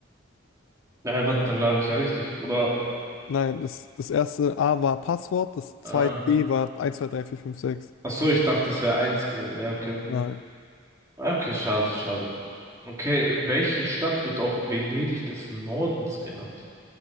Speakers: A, on the right; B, on the left.
A: na, ja was dann lag ich ja richtig. Oder
B: Nein, das, das erste A war Passwort, das zweite
A: Ah.
B: B war 1, 2, 3, 4, 5, 6.
A: Ach so, ich dachte, es wäre eins gewesen. Ja, okay.
B: Nein.
A: Ah, Okay, schade, schade. Okay, welche Stadt wird auch Venedig des Nordens genannt?